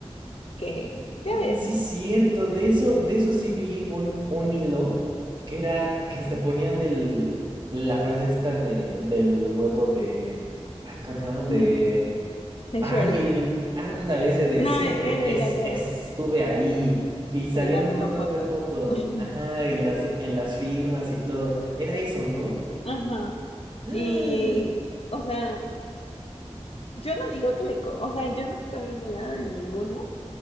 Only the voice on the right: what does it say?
Sí, cierto, de eso, de eso sí vi un, un hilo que era que hasta ponían el, la frase esta de, del huevo de, ay, ¿cómo se llama?
De
Ay,
el ándale ese de
siempre
es,
estuve ahí y salían
un montón
de fotos,
ajá, en las en las firmas y todo. Era eso, ¿no?
¡Ah!